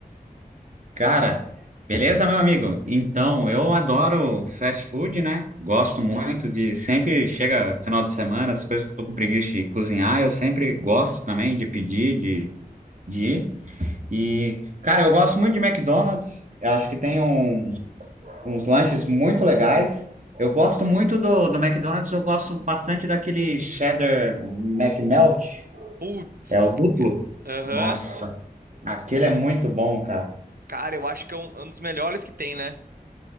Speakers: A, on the right; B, on the right.
A: Cara, beleza, meu amigo? Então, eu adoro fast food, né? Gosto muito de. Sempre chega final de semana, as coisas que eu tô com preguiça de cozinhar, eu sempre gosto também de pedir, de, de ir. E, cara, eu gosto muito de McDonald's. Eu acho que tem um- uns lanches muito legais. Eu gosto muito do, do McDonald's, eu gosto bastante daquele cheddar McMelt,
B: Putz,
A: é o duplo.
B: c- aham.
A: Nossa, aquele é muito bom, cara.
B: Cara, eu acho que é um, é um dos melhores que tem, né?